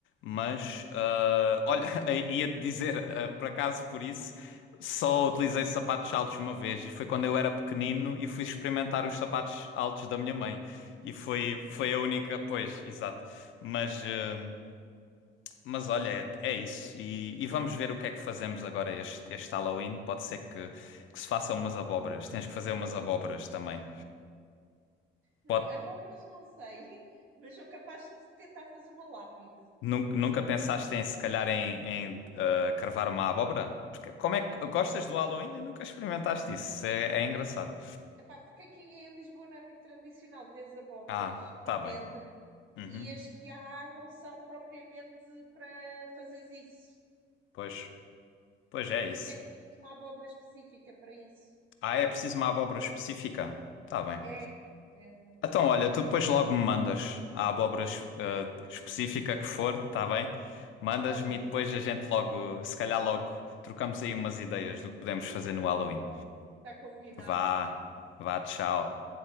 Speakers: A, on the left; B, on the right.
A: Mas, ah, olha, <laughs> ia-te dizer, ah, por acaso por isso, só utilizei sapatos altos uma vez e foi quando eu era pequenino e fui experimentar os sapatos altos da minha mãe. E foi, foi a única, pois, exato. Mas, ah, Mas olha, é, é isso. E, e vamos ver o que é que fazemos agora este, este Halloween. Pode ser que, que se façam umas abóboras. Tens que fazer umas abóboras também.
B: no-
A: Pode,
B: Abóboras não sei, <laughs> mas sou capaz de tentar fazer uma lápide.
A: nunca, nunca pensaste em, se calhar, em, em ah, carvar uma abóbora? Porque como é que gostas do Halloween e nunca experimentaste isso? É, é engraçado.
B: Epá, porque aqui em Lisboa não é muito tradicional, vês abóboras
A: Ah, tá
B: à
A: bem.
B: venda.
A: Uhum.
B: e as que há não são propriamente para fazeres isso,
A: Pois, pois é isso.
B: porque é preciso uma abóbora específica para isso.
A: Ah, é preciso uma abóbora específica? Tá bem.
B: É, é, não-
A: Então, olha, tu depois logo me mandas a abóbora es- eh, específica que for, está bem? Mandas-me
B: está bem,
A: e depois a gente logo, se calhar logo, trocamos aí umas ideias do que podemos fazer no Halloween.
B: está combinado.
A: Vá, vá, tchau.